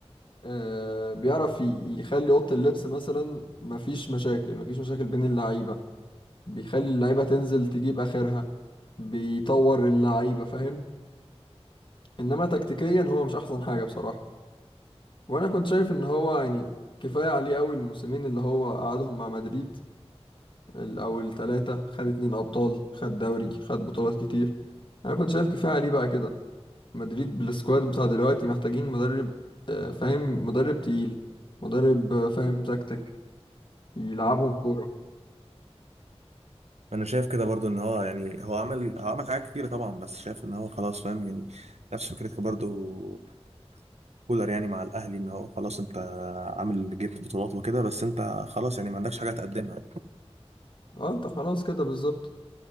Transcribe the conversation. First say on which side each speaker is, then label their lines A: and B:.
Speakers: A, on the left; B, on the right.
A: آه بيعرف ي- يخلي أوضة اللبس مثلا مفيش مشاكل مفيش مشاكل بين اللعيبة بيخلي اللعيبة تنزل تجيب آخرها بيطور اللعيبة فاهم إنما تكتيكيا هو مش أحسن حاجة بصراحة وأنا كنت شايف إن هو يعني كفاية عليه أوي الموسمين اللي هو قعدهم مع مدريد الأول تلاتة خد اتنين أبطال خد دوري خد بطولات كتير أنا كنت شايف كفاية عليه بقى كده مدريد بالسكواد بتاع دلوقتي محتاجين مدرب آه، فاهم مدرب تقيل مدرب آه، فاهم تكتيك يلعبهم كورة
B: انا شايف كده برضو ان هو يعني هو عمل هو عمل حاجات كتيره طبعا بس شايف ان هو خلاص فاهم يعني نفس فكرتك برضو كولر يعني مع الاهلي ان هو خلاص انت عامل جبت بطولات وكده بس انت خلاص يعني ما عندكش حاجه تقدمها
A: اه انت خلاص كده بالظبط